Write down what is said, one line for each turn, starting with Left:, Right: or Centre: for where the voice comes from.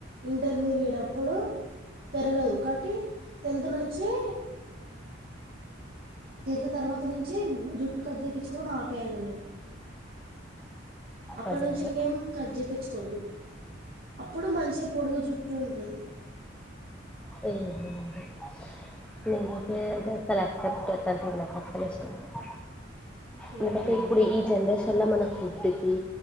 Right: ఇంటర్మీడియేట్ అప్పుడు పెరగదు కాటి టెన్త్ నుంచే టెన్త్ తర్వాత నుంచి జుట్టు కట్ చేయించుకోడం ఆపేయాలన్నట్టు అప్పటి
Centre: అదే
Right: నుంచి
Centre: అదే
Right: ఇంకేం కట్ చేయించుకోవద్దు అప్పుడు మంచిగా పొడగు జుట్టూ ఉంటుంది
Centre: ఏహ అండీ నేను పెంట్ ఏసలా సెప్ట్ అట్లాంటివి నాకు అసలు ఇష్టంముండద్ ఎందుకంటే
Right: ఓహో
Centre: ఇప్పుడు ఈ జనరేషన్లో మన ఫుడ్కి